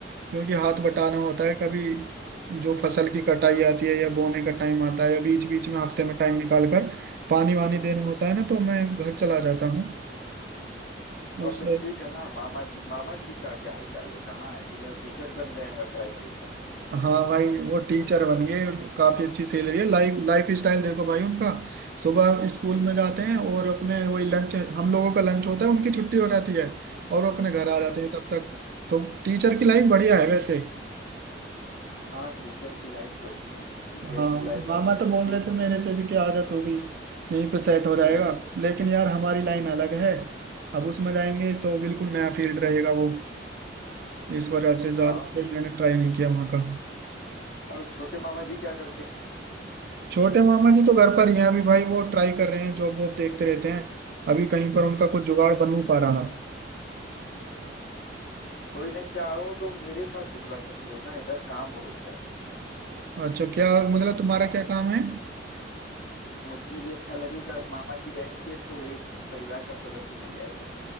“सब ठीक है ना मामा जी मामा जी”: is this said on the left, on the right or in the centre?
Left